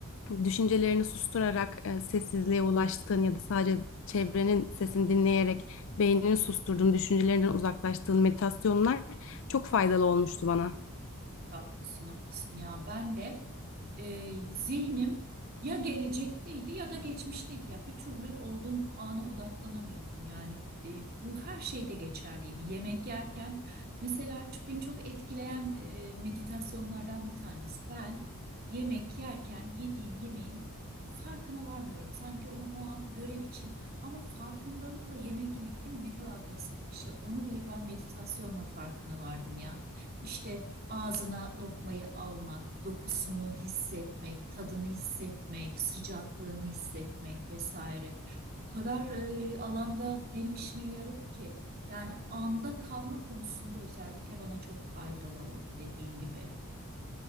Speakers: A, on the left; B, on the right.
A: düşüncelerini susturarak e, sessizliğe ulaştığın ya da sadece çevrenin sesini dinleyerek beynini susturduğun, düşüncelerinden uzaklaştığın meditasyonlar çok faydalı olmuştu bana.
B: Haklısın, haklısın ya. Ben de e, zihnim ya gelecekteydi ya da geçmişteydi. Ya bir türlü olduğum ana odaklanamıyordum. Yani e, bu her şeyde geçerliydi. Yemek yerken mesela çok, beni çok etkileyen e, meditasyonlardan bir tanesi. Ben yemek yerken yediğim yemeğin farkına varmıyorum. Sanki onu o an görev için ama farkındalıkla yemek yemek değil mi? Ne kadar basit bir şey. Onu bile ben meditasyonla farkına vardım ya. İşte Ağzına lokmayı almak, dokusunu hissetmek, tadını hissetmek, sıcaklığını hissetmek vesaire. O kadar e, alanda benim işime yaradı ki. Yani anda kalma konusunda özellikle bana çok faydalı oldu dediğin gibi.